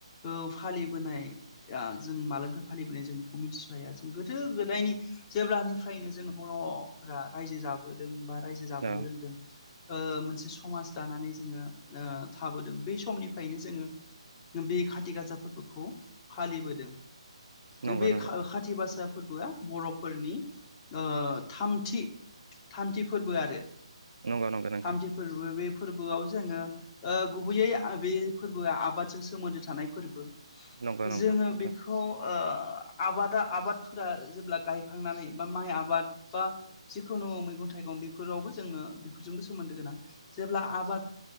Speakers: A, on the left; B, on the right.
A: ओ फालिबोनायआ जों मालानिफ्राय फालिबोनाय जों बेखौ मिथिस हाया जों गोदो गोदायनि जेब्लानिफ्रायनो जों बर'फोरा रायजो जाबोदों बा रायजो जाबोनो
B: औ
A: रोंदों ओ मोनसे समाज दानानै जोङो ओ थाबोदों बै समनिफ्रायनो जोङो बे खाथि गासा फोरबोखौ फालिबोदों।
B: नंगौ
A: बे
B: नंगौ
A: खा ओ खात गासा फोरबोआ बर'फोरनि ओ थामथि थामथि फोरबो आरो
B: नंगौ नंगौ नोंथां
A: थामथि फोरबो बे फोरबोआव जोङो ओ गुबैयै आ बे फोरबोआ आबादजों सोमोन्दो थानाय फोरबो
B: नंगौ नंगौ
A: जोङो
B: नोंथां
A: बेखौ ओ आबादा आबादफोरा जेब्ला गायखांनानै बा माइ आबाद बा जिखुनु मैगं थाइगं बेफोरावबो जोङो बेफोरजोंबो सोमोन्दो गोनां जेब्ला आबाद